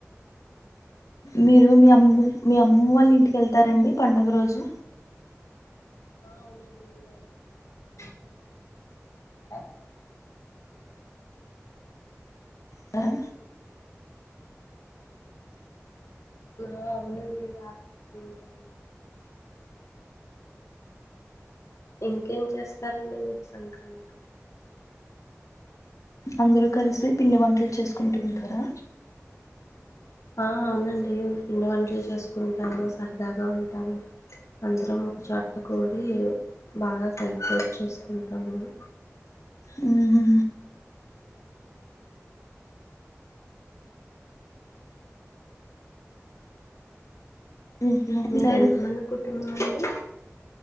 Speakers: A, on the left (about 80°); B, on the left (about 65°).
A: మీరు మీ అమ్మమ్మ వాళ్ళు ఇంటికి వెళ్తారండి పండుగ రోజు
B: ఆ అవునండి మా అమ్మగారు వాళ్ళకి వెళ్తాము మీరు వెళ్తారా
A: కరా
B: ఆ అవునండి ఆ ఉంటాం మ ఇంకేం చేస్తారండి మీరు సంక్రాంతి
A: అందరుూ కలిసి పిండి వంటలు చేస్కూంటూ ఉంటారా
B: ఆ అవునండి పిండి వంటలు చేసుకుంటాము సరదాగా ఉంటాము అందరం ఒక చోట కూడి బాగా సెలబ్రేట్ చేసుకుంటాము మేము
A: ఉహు ఉ ఇంకే మీ
B: మీర
A: సైడు
B: ఎంత మంది కుటుంబం అండి